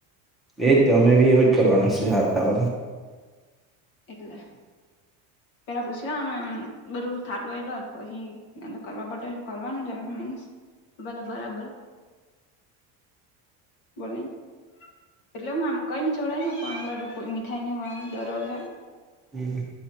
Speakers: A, in the centre; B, on the left.
A: એજ તમે એવું કરવાના છે આવતા વર્હે.
B: એટલે. પેલા પૂછ લવાનું એમ બધું થાટ એ પછી એમ કરવા પડે કરવાનું જમ હમ્મ. બોલો બરાબર બોલી એટલે હું આમ કોઈને ચોઢાયનેું ઉપ મઠાઈ નને ડરર હય.
A: હમ્મ.